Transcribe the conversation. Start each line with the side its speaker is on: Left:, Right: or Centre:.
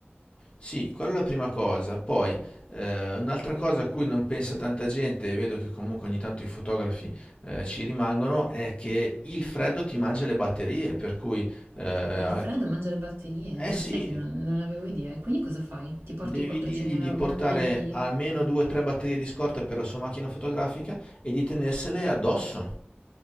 Left: Sì, quella è la prima cosa. Poi, eh, un'altra cosa a cui non pensa tanta gente, e vedo che comunque ogni tanto i fotografi eh, ci rimangono, è che il freddo ti mangia le batterie, per cui, eh,
Right: Il freddo mangia le batterie,
Left: eh
Right: non
Left: sì,
Right: sai che non non avevo idea. E quindi cosa fai? Ti porti
Left: devi
Right: quattroce
Left: dirgli
Right: una
Left: di portare
Right: una valigia di
Left: almeno due o tre batterie di scorta per la sua macchina fotografica e di tenersele addosso.